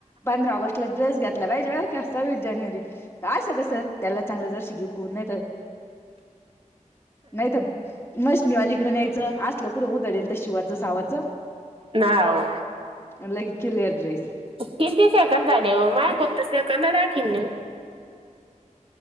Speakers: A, on the left; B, on the right.
A: पंधरा ऑगस्टला ड्रेस घेतला पाहिजे बरं कां सव्वीस जानेवारी तरं असं कसं त्यांला चांगलं जरं शिकीव कोणं नाहीं तरं..... नाहींत. लीकडं न्यायंच असलं कुंडू उधडलं तरं शिवाचं सावाचं.
B: नां ओ...
A: लगे क्लिअर ड्रेस
B: किती सेकंद झांंले देवं मांय कोणतं सेकंद दाखंवत नाहीं.